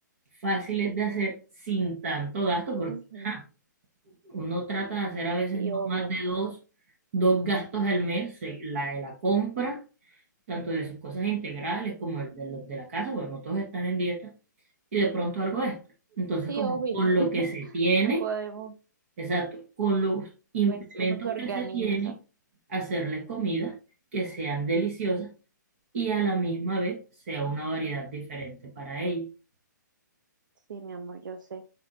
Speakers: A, on the right; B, on the right.
A: fáciles de hacer sin tanto gasto, porque
B: ujú,
A: ajá, uno trata de hacer a veces
B: Sí,
A: no
B: obvio.
A: más de dos, dos gastos al mes, eh, la de la compra, tanto de sus cosas integrales como el de los de la casa, porque no todos están en dieta, y de pronto algo extra. Entonces,
B: Sí,
A: como
B: obvio.
A: con
B: <laughs>
A: lo que se tiene
B: No podemos,
A: Exacto. Con los implementos
B: pues uno se organiza.
A: que se tienen, hacerles comidas que sean deliciosas y a la misma vez sea una variedad diferente para ella.
B: Sí, mi amor, yo sé.